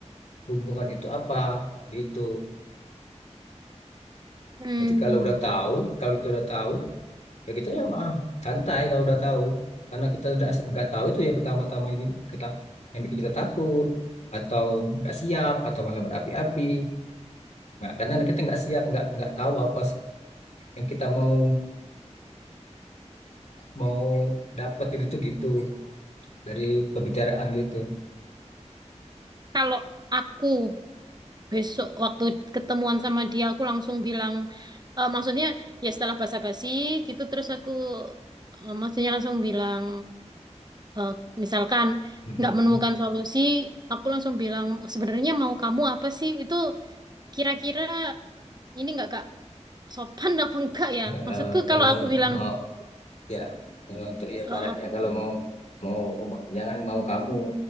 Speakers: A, on the left (about 70°); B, on the right (about 35°).
A: hubungan itu apa gitu.
B: hmm.
A: Jadi kalau udah tahu, kalau itu udah tahu ya kita ya mah santai kalau udah tahu karena kita udah nggak tahu itu ya pertama-tama ini kita yang bikin kita takut atau nggak siap atau malah berapi-api nah, karena kita nggak siap nggak nggak tahu apa sih yang kita mau mau dapetin itu gitu dari pembicaraan gitu
B: kalau aku besok waktu ketemuan sama dia aku langsung bilang eh, maksudnya ya setelah basa-basi gitu terus aku eh, maksudnya langsung bilang eh, misalkan
A: Mm-mm.
B: nggak menemukan solusi aku langsung bilang sebenarnya mau kamu apa sih itu kira-kira ini nggak kak sopan apa enggak ya
A: Nggak,
B: maksudku
A: eh, kalau
B: kalau aku bilang
A: mau ya kalau untuk ya ibaratnya
B: eh,
A: kalau mau mau obat- jangan mau kamu